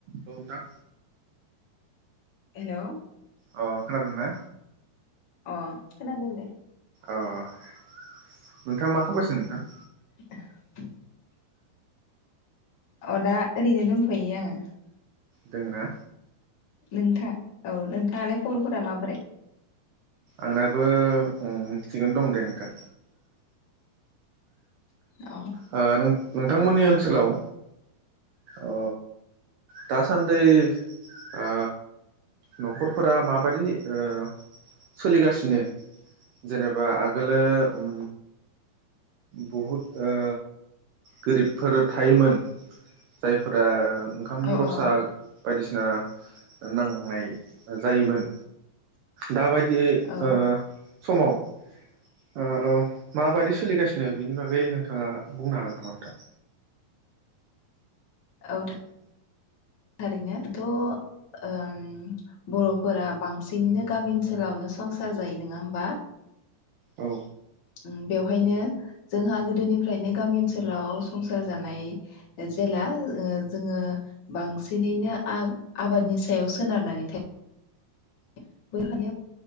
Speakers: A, on the right; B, on the left.
A: औ नोंथां।
B: हेल'
A: अ खोनादोंना?
B: अ खोनादों दे।
A: अ नोंथाङा मा खामगायसिनो नोंथां?
B: <unintelligible> अ दा ओरैनो दंथ'यो आंङो।
A: दोंना?
B: नोंथां औ नोंथांङालाय खबरफोरा माबोरै?
A: आंनाबो ओ थिगैनो दं दे नोंथां।
B: अ
A: ओ नों नोंथांमोननि ओन ओनसोलाव ओ दासान्दि ओ न'खरफोरा माबादि ओ सोलिगासिनो जेनेबा आगोलो ओम बहुद ओ गोरिबफोर थायोमोन जायफोरा ओंखामनि
B: औ
A: रसा
B: औ
A: बायदिसिना नांनाय जायोमोन। दाबायदि
B: औ
A: ओ समाव ओ माबादि सोलिगासिनो बेनि बागै नोंथाङा बुंनो हागोन नामा नोंथां?
B: औ था थारैनो थ' ओम बर'फोरा बांसिनैनो गामि ओनसोलावनो संसार जायो नोङा होमबा?
A: औ
B: उम बेवहायनो जोंहा गो दोनिफ्रायनो गामि ओनसोलाव संसार जानाय जेला ओ जोङो बांसिनैनो आ आबादनि सायाव सोनारनानै था <unintelligible>